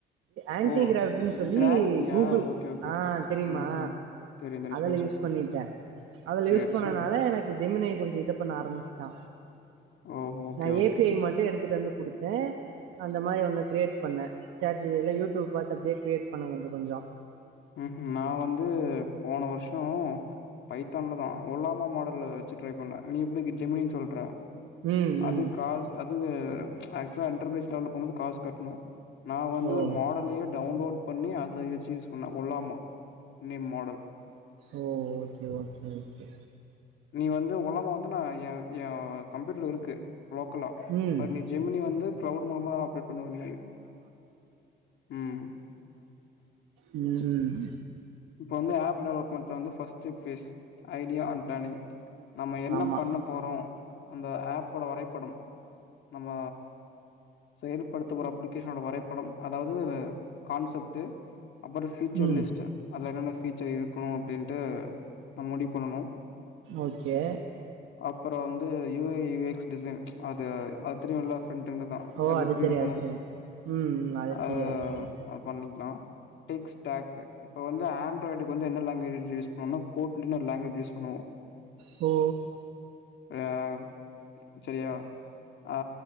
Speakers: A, on the right; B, on the left.
A: ஆண்டிகிராபினு
B: ஓ
A: சொல்லி
B: கிராவிட்டியா
A: கூகுள்
B: ஓகே ஓகே
A: ஆஹ் தெரியுமா
B: ம்ஹூம் தெரியு தெரியு சொல்லு
A: ஃபயில்
B: சொல்லு
A: யூஸ் பண்ணிட்டே அதுல
B: சேரி
A: யூஸ் பண்ணனால
B: சேரி
A: எனக்கு ஜி ஜெமினியை கொஞ்ச ரிஜெக்ட் பண்ண ஆரம்மிச்ட்டா
B: ஓ okay
A: நா
B: okay
A: A P I மட்டு எடுத்துட்டு வந்து குடுத்து அந்த மாரி ஒன்னு க்ரியேட் பண்ணே சாட் ஜி பி ல்ல யூட்யூப் பாத்து அப்டே க்ரியேட் பண்ண கொஞ்ச கொஞ்ச
B: உம் ஹிம் நா வந்து போன வர்ஷ் ஆஹ் பைத்தான்லதா ஒல்லாமா மாடல்ல வச்சு ட்ரை பண்ணே நீ எப்டி இது ஜெமினின் சொல்ற
A: ம்
B: அது
A: ம்
B: காஸ் அதுவு ஆக்சுலா எண்டர்பிரைஸ் லேவல்ல போனது காசு கட்ணு நா வந்து
A: ஓ
B: ஒரு மாடலே டவுன்லோட் பண்ணி அத வச்சு யூஸ் ஒன்னா ஒல்லாமா ஒன் எ மாடல் <inaudible>
A: ஓ ஓகே ஓகே ஓகே
B: நீ வந்து ஒலமா வந்து நா எ எ கம்ப்யூட்ருல இருக்கு லோக்கலா
A: ம்
B: இப்ப நீ ஜெமினி வந்து க்ளவுட் மாமா ஆப் எப்புட்னா நீ உம்
A: உம் உம்
B: இப்ப வந்து ஆப் டெவலப்மெண்ட்ல வந்து first phase idea and planning நம்ம என்ன
A: ஆமா
B: பண்ண போறோ இந்த ஆப்போட வரைபடம் நம்ம செயல்படுத்தப்போற அப்பிளிகேஷனோட வரைபடம் அதாவ்து கான்செப்ட்டு அப்பற ஃபியூச்சர்லிஸ்ட்டு
A: ம்
B: அதில என்னென்ன ஃபீச்சர் இருக்கு அப்டின்ட்டு நம்ம முடிவு பண்ணணு
A: ஓகே
B: அப்ற வந்து U A U X design அது அது தெரியுல ஃப்ரெண்டென்டுதா
A: ஓ
B: அது எப்டி
A: தெரியு
B: இருக்கணு
A: அது தெரியு ம் ம் அது
B: அத
A: தெரியு அது தெரியு
B: அது பண்ணிக்லா டிக்ஸ்டேக்கு இப்ப வந்து ஆண்ராய்டுக்கு வந்து என்ன லாங்குவேஜ் யூஸ் பண்ணா கோட்ல இன்னொரு லாங்குவேஜ் யூஸ் பண்ணுவ
A: ஓ
B: அஹ் செரியா ஆ